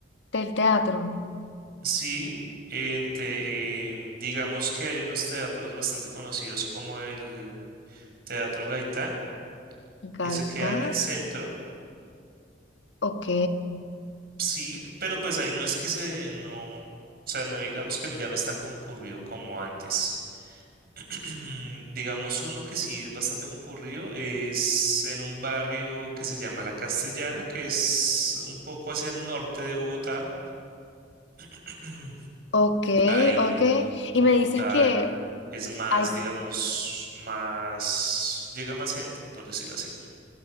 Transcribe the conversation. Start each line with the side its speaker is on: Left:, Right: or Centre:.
Left: del teatro.
Right: Sí, en te- em, digamos que hay unos teatros bastante conocidos como el... Teatro Gaitán, que
Left: Gaita,
Right: se queda en el centro,
Left: ok,
Right: sí, pero pues ahí no es que se, no, o sea, no digamos que no- ya no es tan concurrido como antes. <clears throat> Digamos uno que sí es bastante concurrido, es en un barrio que se llama La Castellana, que es un poco hacia el norte de Bogotá. <clears throat>
Left: ok,
Right: Ahí
Left: ok.
Right: como
Left: Y me dices
Right: tal
Left: que
Right: es más,
Left: hay,
Right: digamos, más, llega más gente, por decirlo así.